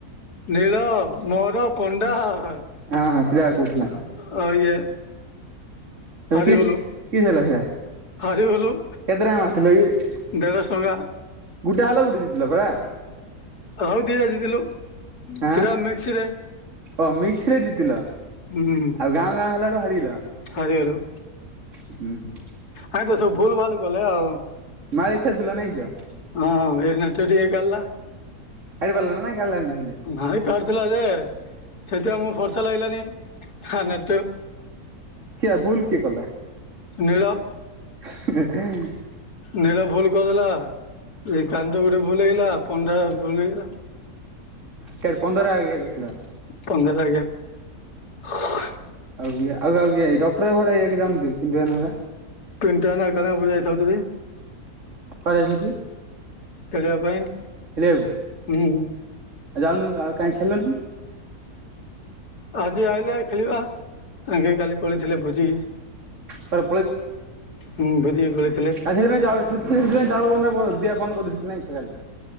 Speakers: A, on the left (about 80°); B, on the right (about 50°).
A: ନୀଳ, ମୋର, ପଣ୍ଡା ହା
B: ହଁ ହଁ ସେଇଟା
A: ଆଉ
B: କହୁଥିଲା
A: ଇଏ। ହାରିଗଲୁ
B: କିସ୍ କିସ୍ ହେଲା ଖେଳ।
A: ହାରିଗଲୁ
B: କେତେଟା ମାରିଥିଲ କି।
A: ଦେଢ଼ଶହ ଟଙ୍କା
B: ଗୁଟେ ହାରିଲ ଗୁଟେ ଜିତିଲ ପରା।
A: ହଉ ଦିଟା ଜିତିଲୁ
B: ଆଁ
A: ସେଟା ମିକ୍ସରେ।
B: ଓ ମିକ୍ସ ରେ ଜିତିଲ
A: ହୁଁ
B: ଆଉ ଗାଁ ଗାଁ ହେଲାଠୁ ହାରିଲ
A: ହାରିଗଲୁ।
B: ହୁଁ ହୁଁ।
A: ଆଜିତ ସବୁ ଭୁଲ ଭାଲ କଲେ ଆଉ।
B: ମାଳି ଖେଳୁଥିଲା ନାଇଁ ଝିଅ
A: ହଁ ଏଇନେ ତ ଟିକେ ଗାଲା।
B: କାଢ଼ି ପାରିଲା ନା ନାଇଁ କାଢିଲାନି ବୋଲି।
A: ଭାଇ କାଢୀଥିଲା ଯେ ସେଥିପାଇଁ ମୁଁ ଭର୍ଷା ଲାଗିଲାନି ତାନେ
B: କିଏ ଭୁଲ କିଏ କଲା।
A: ନୀଳ।
B: ହେଁ।
A: ନୀଳ ଭୁଲ କରିଦେଲା ଏ କାଣ୍ଡ ଗୋଟେ ଭୁଲ ହେଇଗଲା ପଣ୍ଡା ଭୁଲ ହେଇଗଲା।
B: କେ
A: ଆ
B: ପନ୍ଦର ଇଏ କରିଥିଲ
A: ପନ୍ଦର <inaudible>
B: ଆଉ ଇଏ ଆଉ ଆଉ ଇଏ ଏ ଡକ୍ଟର୍ ବାବୁ ଘରେ <inaudible>
A: ପିଣ୍ଟୁଆନା କାଳେ ଉପରକୁ ଯାଇଥିବ ଯଦି।
B: କୁଆଡେ ଯାଉ ଥାଉଚି?
A: ଖେଳିବା ପାଇଁ।
B: ଖେଳିଆକୁ।
A: ଉଁ, ହୁଁ।
B: ଆ, ଯାଉନୁ, ଆଉ କାଇଁ ଖେଳିଲନି?
A: ଆଜି ଆଇଲେ ଖେଳିବା। ତାଙ୍କେ କାଲି ପଳେଇଥିଲେ ଭୋଜି।
B: କୁଆଡେ
A: ହୁଁ, ଭୋଜିକି ପଳେଇ
B: ଆ, ସେଥିପାଇଁ ଚାଉଳ ସେ ସେଥିପାଇଁ ଚାଉଳ ବନ୍ଦା ବନ୍ଦ ଦିଆ ବନ୍ଦ କରିଦେଇଚି ନାଇଁ ସେ କାଲି?